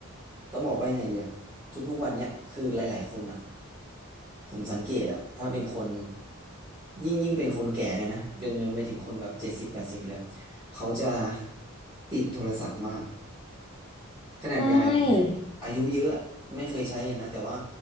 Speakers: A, on the right; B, on the left.
A: ต้องบอกว่ายังไงดีอะทุกๆวันเนี้ยคือหลายๆคนอะ ผมสังเกตอะถ้าเป็นคนยิ่งยิ่งเป็นคนแก่เลยนะจนจนไปถึงคนแบบเจ็ดสิบแปดสิบเลยเขาจะติดโทรศัพท์มากขนาดยายผมเนี่ยอายุเยอะไม่เคยใช้เลยนะแต่ว่า
B: ใช่